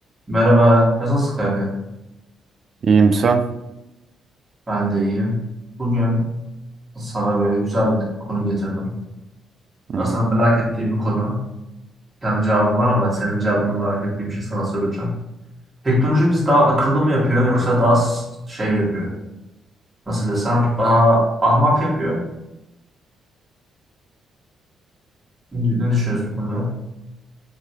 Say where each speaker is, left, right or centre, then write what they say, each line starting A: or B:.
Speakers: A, on the right; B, on the right.
A: Merhaba, nasılsın kanka?
B: İyiyim sen.
A: Ben de iyiyim. Bugün sana böyle güzel bir konu getirdim.
B: Hı.
A: Aslında merak ettiğim bir konu. Kendi cevabım var ama senin cevabını merak ettiğim için sana soracağım. Teknoloji bizi daha akıllı mı yapıyor yoksa daha s- şey mi yapıyor? Nasıl desem daha ahmak yapıyor. Ne düşünüyorsun bu konuda?